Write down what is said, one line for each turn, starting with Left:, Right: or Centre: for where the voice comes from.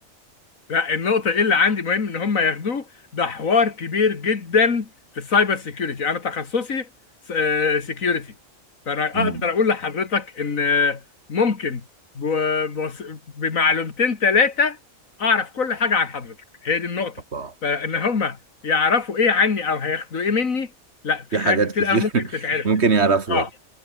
Left: لا النقطة اللي عندي مهم ان هم ياخدوه ده حوار كبير جدا في السايبر سيكيورتي انا تخصصي سيكيورتي فانا
Right: مم.
Left: اقدر اقول لحضرتك ان آه، ممكن ب- بوس- بمعلومتين ثلاثة اعرف كل حاجة عن حضرتك هي دي النقطة
Right: الله
Left: فان هم يعرفوا ايه عني او هياخدوا ايه مني لا في
Right: في
Left: حاجات
Right: حاجات
Left: كتير
Right: كتير
Left: قوي ممكن
Right: <laughs>
Left: تتعرف
Right: ممكن يعرفوها
Left: اه